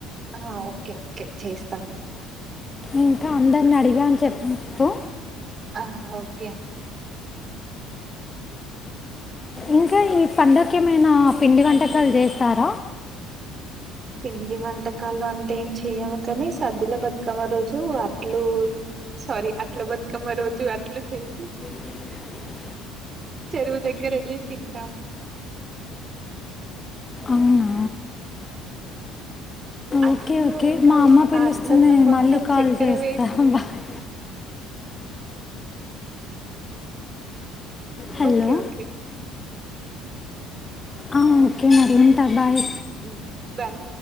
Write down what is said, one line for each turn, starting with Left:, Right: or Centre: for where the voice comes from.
Right: ఆ ఓక్కే ఓక్కే చేస్తాను.
Left: ఇంకా అందరిని అడిగా అని చెప్ ప్పు.
Right: ఆ ఓకే
Left: ఇంకా ఈ పండకేమైన పిండి వంటకాలు చేస్తార
Right: పిండి వంటకాలు అంటే ఏం చెయము కానీ సద్దుల బతుకమ్మ రోజు అట్లు సారీ అట్ల బతుకమ్మ రోజు అట్లు చేసి
Left: ఇ
Right: చెరువు దగ్గర వెళ్ళి తింటాం
Left: అవునా
Right: అట్లు
Left: ఓకే ఓకే
Right: ఇంకా
Left: మా అమ్మ పిలుస్తుంది
Right: ఆ అట్లల్లో
Left: నేను
Right: కొంచెం
Left: మళ్ళీ కాల్
Right: చక్కెర
Left: చేస్తా
Right: వేసి
Left: bye hello
Right: okay okay
Left: okay మరి ఉంట బాయ్
Right: హ్మ్. బాయ్